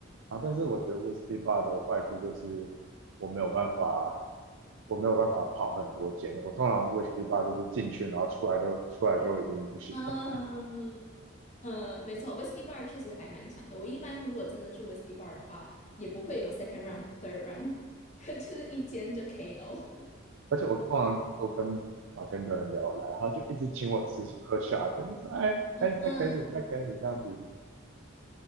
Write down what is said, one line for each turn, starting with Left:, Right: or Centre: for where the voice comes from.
Right: 啊，但是我觉得 whisky bar 的坏处就是我没有办法，我没有办法跑很多间。我通常 whisky bar 就是进去，然后出来就出来就已经不行了。
Left: 嗯，呃，没错，Whisky Bar 确实还蛮强的。我一般如果真的去 Whisky Bar 的话，也不会有 second round、third round，<laughs> 就是一间就 KO。
Right: <laughs> 而且我通常都跟 bartender 很聊得来，他就一直请我吃喝 shot，说哎哎，
Left: 嗯
Right: 再给你再给你这样子。